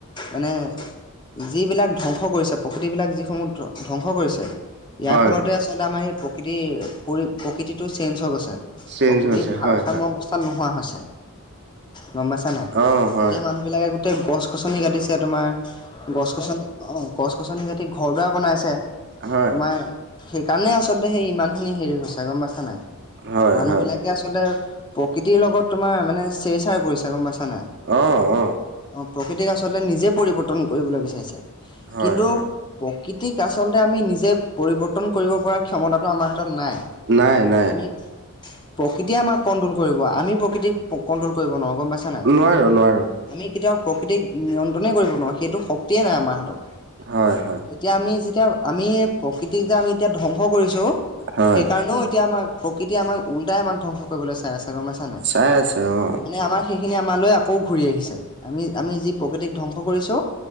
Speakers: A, on the left; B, on the right.
A: মানে যিবিলাক ধ্বংস কৰিছে প্ৰকৃতিবিলাক যিসমূহ ধ ধ্বংস কৰিছে ইয়াৰ
B: হয়
A: ফলতে আচলতে আমাৰ এই প্ৰকৃতিৰ পৰি প্ৰকৃতিটো চেঞ্জ হৈ গৈছে
B: চেঞ্জ
A: প্ৰকৃতিৰ
B: হৈছে
A: ভাৰসাম্য
B: হয় হয়
A: অৱস্থাত নোহোৱা হৈছে। গম পাইছা নাই
B: অ হয়
A: এতিয়া মানুহবিলাকে গোটেই গছ গছনি কাটিছে তোমাৰ গছ গছনি অ গছ গছনি কাটি ঘৰ দুৱাৰ বনাইছে।
B: হয়
A: তোমাৰ সেইকাৰণে আচলতে সেই ইমানখিনি হেৰি হৈছে গম পাইছা নাই
B: হয়
A: মানুহবিলাক
B: হয়
A: আচলতে প্ৰকৃতিৰ লগত তোমাৰ মানে চেৰচাৰ কৰিছা গম পাইছা নাই।
B: অ
A: অঁ
B: অ
A: প্ৰকৃতিক আচলতে নিজে পৰিৱৰ্তন কৰিবলৈ বিচাৰিছে।
B: হয়
A: কিন্তু
B: হয়
A: প্ৰকৃতিক আচলতে আমি নিজে পৰিৱৰ্তন কৰিব পৰা ক্ষয়মতাটো আমাৰ হাতত নাই।
B: নাই নাই
A: আমি প্ৰকৃতিয়ে আমাক কণ্ট্ৰোল কৰিব আমি প্ৰক প্ৰকৃতিক কন্ট্ৰল কৰিব নোৱাৰোঁ গম পাইছা নাই।
B: নোৱাৰো নোৱাৰো
A: আমি কেতিয়াও প্ৰকৃতিক নিয়ন্ত্ৰণে কৰিব নোৱাৰোঁ সেইটো শক্তিয়ে নাই আমাৰ হাতত।
B: হয় হয়
A: এতিয়া আমি যেতিয়া আমি প্ৰকৃতিক যে আমি এতিয়া ধ্বংস কৰিছোঁ
B: হয়
A: সেইকাৰণেও এতিয়া আমাৰ প্ৰকৃতি আমাক উলটাই আমাক ধ্বংস কৰিবলৈ চাই আছে গম পাইছা নাই?
B: চাই আছে অ।
A: মানে আমাক সেইখিনি আমালৈ আকৌ ঘূৰি আহিছে আমি আমি যি প্ৰকৃতিক ধ্বংস কৰিছোঁ